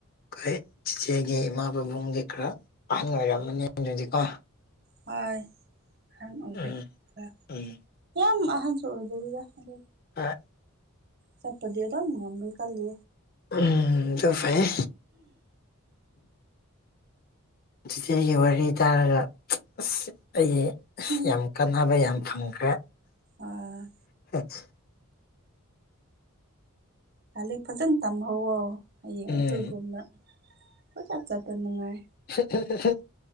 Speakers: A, on the left; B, on the right.
A: ꯑꯩꯈꯣꯏ ꯆꯤꯆꯦꯒꯤ ꯏꯃꯥ ꯄꯥꯕꯨꯡꯒꯤ ꯈꯔ ꯑꯍꯟ ꯑꯣꯏꯔꯝꯝꯕꯅꯤ ꯑꯗꯨꯗꯤꯀꯣ
B: ꯍꯣꯏ ꯑꯍꯟ ꯑꯣꯏꯔꯦꯔ
A: ꯎꯝ ꯎꯝ
B: ꯌꯥꯝ ꯑꯍꯟꯁꯨ ꯑꯣꯏꯗꯕꯤꯗ ꯑꯗꯨ
A: ꯑ
B: ꯆꯠꯄꯗꯤ ꯇ ꯑꯃ ꯉ ꯀꯂꯦ
A: ꯎꯝ ꯆꯐꯥꯏ ꯆꯒꯤ ꯋꯥꯔꯤ ꯍꯥꯏꯇꯥꯔꯒ ꯑ ꯑꯩꯒꯤ
B: ꯎꯝ
A: ꯌꯥꯝ ꯀꯥꯟꯅꯕ ꯌꯥꯝ ꯐꯪꯈ꯭ꯔꯦ
B: ꯑꯣ
A: ꯎ
B: ꯂꯂꯤꯛ ꯐꯖꯅ ꯇꯝꯍꯧꯋꯣ ꯍꯌꯦꯡ
A: ꯎꯝ
B: ꯑꯩꯈꯣꯏꯒꯨꯝꯅ ꯐꯖ ꯆꯠꯇ ꯅꯨꯡꯉꯥꯏ
A: ꯁꯦ